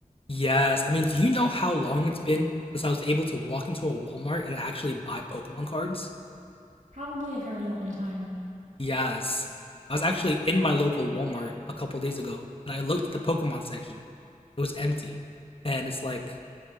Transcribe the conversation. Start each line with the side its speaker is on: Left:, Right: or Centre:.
Left: Yes, I mean, do you know how long it's been since I was able to walk into a Walmart and actually buy Pokemon cards?
Right: Probably a very long time.
Left: Yes. I was actually in my local Walmart a couple days ago and I looked at the Pokemon section. It was empty. And it's like,